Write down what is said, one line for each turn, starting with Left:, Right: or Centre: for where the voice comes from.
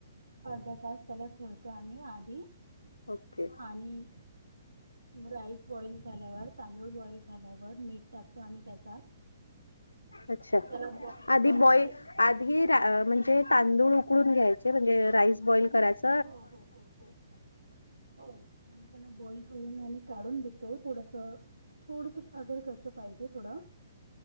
Right: अर्धा तास त्याला ठेवतो आम्ही आधी
Left: ओके
Right: आणि राईस बॉईल झाल्यावर तांदूळ बॉईल झाल्यावर मीठ टाकतो आम्ही त्याच्यात
Left: अच्छा
Right: त्याला बॉ
Left: आधी
Right: बॉईल
Left: बॉय
Right: झा
Left: आधी म्हणजे तांदूळ उकडून घ्यायचे म्हणजे राईस बॉईल करायच
Right: हो हो हो हो हो हो. आणि त्याला बॉइल करून आम्ही काढून घेतो थोडस- थोडस सादर कच्च पाहिजे थोडं